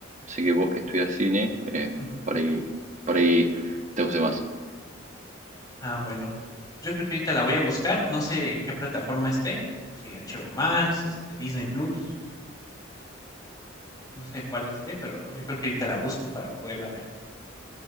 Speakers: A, on the right; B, on the left.
A: Así que vos que estudias cine, eh,
B: ujú.
A: por ahí, por ahí te guste más.
B: Ah, bueno. Yo creo que ahorita la voy a buscar. No sé en qué plataforma esté, si HBO Max, este, Disney Plus, no sé cuál esté, pero lo- yo creo que ahorita la busco para poderla ver.